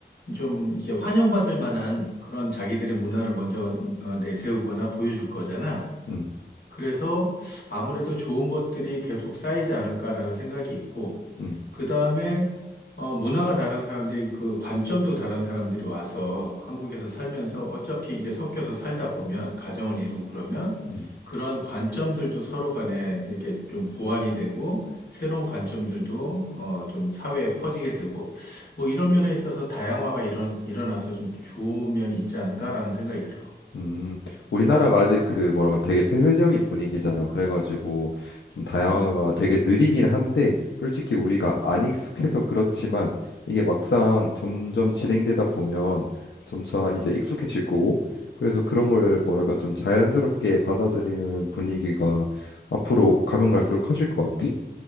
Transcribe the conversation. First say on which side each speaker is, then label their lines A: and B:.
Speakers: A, on the left (about 60°); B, on the left (about 80°).
A: 좀 이렇게 환영받을 만한 그런 자기들의 문화를 먼저 어, 내세우거나 보여줄 거잖아.
B: 음,
A: 그래서 아무래도 좋은 것들이 계속 쌓이지 않을까라는 생각이 있고,
B: 음,
A: 그 다음에, 어, 문화가 다른 사람들이, 그 관점도 다른 사람들이 와서 한국에서 살면서 어차피 이제 섞여서 살다 보면, 가정을 이루고 그러면,
B: 음.
A: 그런 관점들도 서로 간에 이렇게 좀 보완이 되고, 새로운 관점들도, 어, 좀 사회에 퍼지게 되고, 뭐 이런 면에 있어서 다양화가 일어, 일어나서 좀 좋은 면이 있지 않을까라는 생각이 들어.
B: 음, 우리나라가 아직 그 뭐랄까 되게 폐쇄적인 분위기잖아. 그래가지고 좀 다양화가
A: 음.
B: 되게 느리긴 한데 솔직히 우리가 안 익숙해서 그렇지만 이게 막상 점점 진행되다 보면 점차 이제 익숙해질 거고 그래서 그런 걸 뭐랄까 좀 자연스럽게 받아들이는 분위기가 앞으로 가면 갈수록 커질 것 같아.